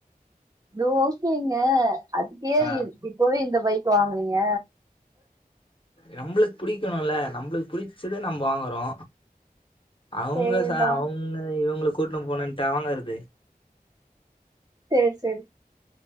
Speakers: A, on the right; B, on the left.
A: அது ஓகேங்க அதுக்கு ஏ
B: ஆ
A: இப்பவே இந்த பைக் வாங்குறீங்க
B: நம்மளுக்கு புடிக்கணுல்ல நம்மளுக்கு புடிச்சத நம்ம வாங்குறோ அவங்க
A: சரிதா
B: சா அவங்க இவங்கள கூட்டின்னு போனுன்ட்டா வாங்கறது
A: சேரி சேரி